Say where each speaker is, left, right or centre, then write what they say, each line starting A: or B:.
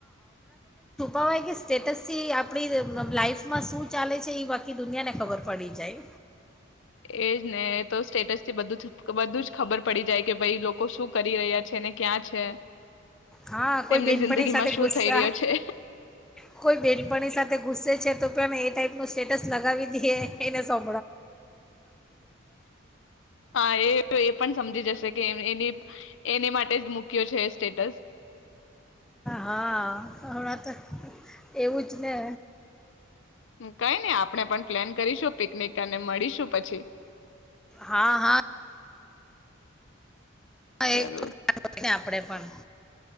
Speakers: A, in the centre; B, on the left.
A: ક કે સ્ટેટસથી આપણી લાઈફમાં શું ચાલે છે, એ બાકી દુનિયાને ખબર પડી જાય.
B: એજ ને તો સ્ટેટસ થી બધું બધું જ ખબર પડી જાય કે ભાઈ લોકો શું કરી રહ્યા છે ને ક્યાં છે
A: હા
B: તેમની
A: કોઈ બેનપણી
B: જિંદગી
A: સાથે
B: માં શું
A: ગુસ્સા
B: થઈ રહ્યો છે.
A: કોઈ બેનપણી સાથે ગુસ્સે છે પણ એ ટાઈપનું તો સ્ટેટસ લગાવી દેએ એને સૈ
B: હા એ એ પણ સમજી જશે કે એ એની માટે જ મૂક્યો છે સ્ટેટસી
A: હા હમણાં તો એવું જ કે
B: કઈ નહી આપણે પણ પ્લેન કરીશું પિકનિક અને મળીશું પછી.
A: હા હા
B: જરૂર.
A: એ ને આપણે પણ